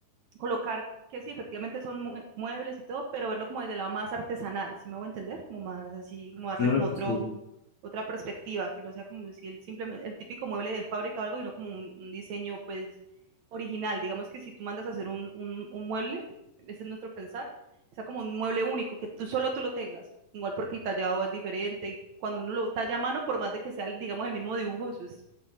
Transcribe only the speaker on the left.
Claro
que sí,